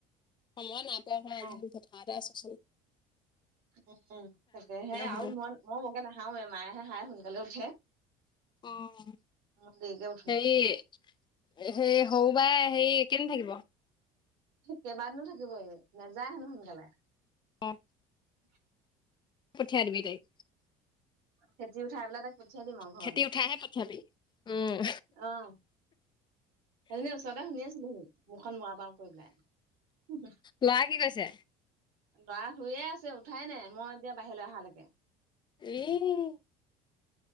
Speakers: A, on the left (about 30°); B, on the right (about 75°).
A: সময় নাইপোৱা
B: অ
A: ন <unintelligible> পথাৰতে আছো চোন।
B: উম, তাকে সে আৰু
A: হ'ব
B: মই-মই বৰকে নাসাৰুৱে মায়েহে সাৰে সোনকালে উঠে।
A: অ',
B: মই দেৰিকে উঠো,
A: হেৰি <unintelligible> <unintelligible> হেৰি কেদিন থাকিব।
B: কেইবাদিনো থাকিব এই নেযায় হেনো সোনকালে।
A: অ'।
B: <inaudible>
A: পঠিয়াই দিবি তাইক।
B: খেতি উঠাই পেলাই তাক পঠিয়াই দিম আৰু ঘৰলে,
A: খেতি উঠাইহে পঠিয়াবি উম।
B: অ'। সেইজনি ওচৰতে শুনি আছিল হি, মুখখন <unintelligible> কৰি পেলাই।
A: ল'ৰাই কি কৈছে।
B: ল'ৰা শুইয়ে আছে উঠাই নাই মই এতিয়া বাহিৰলৈ অহালৈকে।
A: ই।